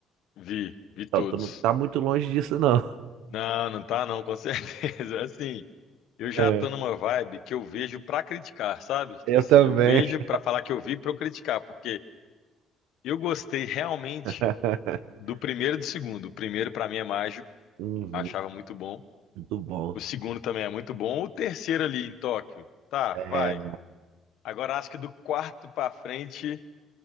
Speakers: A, on the left; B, on the right.
A: vi, vi
B: Então,
A: todos.
B: tu não tá muito longe disso, não.
A: Não, não tá não, com certeza. <laughs> Assim, eu já
B: É.
A: tô numa vibe que eu vejo pra criticar, sabe? Tipo
B: Eu
A: assim,
B: também.
A: eu vejo pra falar que eu vi pra eu criticar, porque eu gostei realmente
B: <laughs>
A: do primeiro e do segundo. O primeiro pra mim é mágico,
B: Uhum,
A: achava muito bom.
B: muito bom.
A: O segundo também é muito bom. O terceiro ali em Tóquio, tá,
B: É...
A: vai. Agora acho que do quarto pra frente